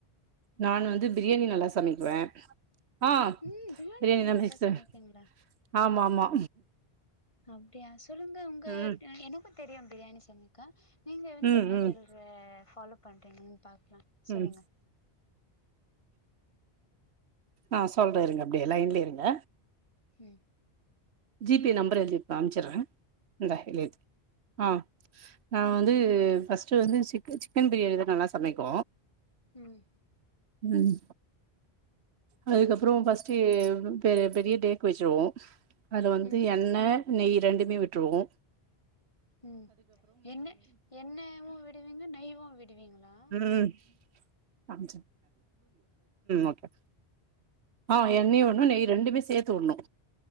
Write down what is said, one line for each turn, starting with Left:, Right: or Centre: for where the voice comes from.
Right: நானு வந்து பிரியாணி நல்லா சமைக்குவ ஆ
Left: ம் பிரியாணி
Right: பிரியாணிதா
Left: நீங்க நல்லா
Right: சிஸ்டர்
Left: சமைப்பீங்களா
Right: ஆமா ஆமா
Left: அப்டியா சொல்லுங்க உங்க
Right: ம்
Left: என்ன தெரியு பிரியாணி சமைக்க நீங்க எந்த
Right: ம்
Left: மெத்தடல
Right: ம்
Left: ஃபாலோ பண்றீங்கன்னு பாக்கலா சொல்லுங்க
Right: ம் ஆ சொல்றேயிருங்க அப்டியே லைன்லயே இருங்க
Left: ம்
Right: ஜிபே நம்பர் எழுதி இப்ப அனுபிச்சரே இந்தா இதுல எழுது ஆ நா வந்து ஃபிரஸ்ட் வந்து சிக் சிக்கன் பிரியாணி தான் நல்லா சமைக்கு
Left: ம்
Right: ம் அதுக்கப்புறோ ஃபிரஸ்ட்டே பெ பெரிய டேக் வச்சிருவோம் அது வந்து
Left: ம்
Right: எண்ணெ நெய் இரண்டுமே விட்டுருவோ
Left: ம் எண்ணெ எண்ணெவு விடுவீங்க நெய்வு விடுவீங்களா
Right: ம் ம் ஓகே ஆ எண்ணெய்யு உடனு நெய் ரெண்டுமே சேத்து உடனு